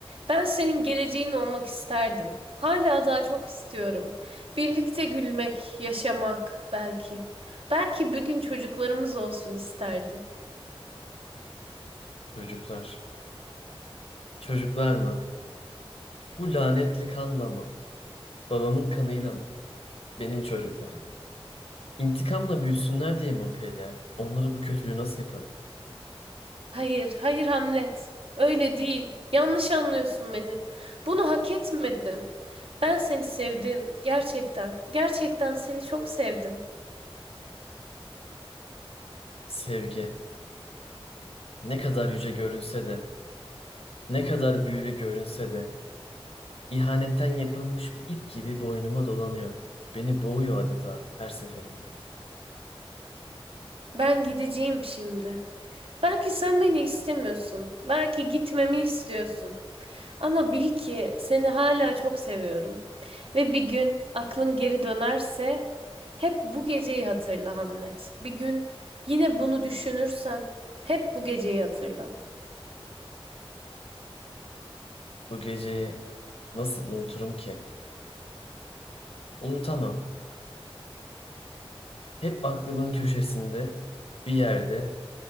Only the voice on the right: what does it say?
Ben senin geleceğin olmak isterdim. Hala daha çok istiyorum. Birlikte gülmek, yaşamak belki. Belki bir gün çocuklarımız olsun isterdim.
Hayır, hayır Hamlet. Öyle değil. Yanlış anlıyorsun beni. Bunu hak etmedim. Ben seni sevdim. Gerçekten. Gerçekten seni çok sevdim.
Ben gideceğim şimdi. Belki sen beni istemiyorsun. Belki gitmemi istiyorsun. Ama bil ki seni hala çok seviyorum. Ve bir gün aklın geri dönerse hep bu geceyi hatırla Hamlet. Bir gün yine bunu düşünürsen hep bu geceyi hatırla.